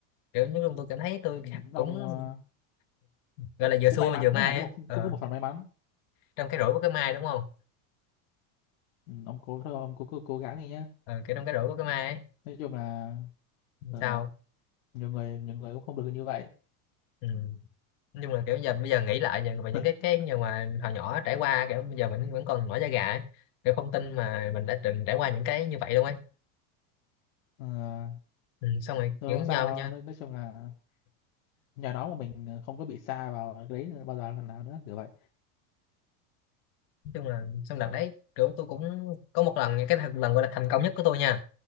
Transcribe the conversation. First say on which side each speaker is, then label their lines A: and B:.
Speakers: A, on the left; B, on the left.
A: kiểu như lúc tôi cảm thấy tôi
B: Ừ.
A: cũng
B: Ông ờ,
A: gọi là vừa
B: cũng
A: xui
B: may mắn
A: mà vừa may
B: đó hả cũng
A: á
B: một cũng
A: ờ,
B: có một phần may mắn
A: trong cái rủi của cái may đúng không
B: ừ, ông cố thôi ông cố, cố, cố gắng đi nhá
A: ờ, kiểu trong cái rủi của cái may ấy
B: nói chung là ờ,
A: sao
B: nhiều người nhiều người cũng không được như vậy
A: ừ. nói chung là kiểu giờ bây giờ nghĩ lại về về những
B: <laughs>
A: cái cái nhưng mà hồi nhỏ trải qua kiểu bây giờ mình vẫn còn nổi da gà ấy. kiểu không tin mà mình đã từng trải qua những cái như vậy luôn ấy
B: Ờ,
A: ừ. xong rồi
B: thôi
A: kiểu
B: không
A: nhờ
B: sao
A: nhau,
B: nói, nói chung là nhờ nó mà mình ờ, không có bị sa vào cái đấy bao giờ lần nào nữa kiểu vậy
A: nói chung là xong đợt đấy kiểu tôi cũng có một lần cái thật- lần gọi là thành công nhất của tôi nha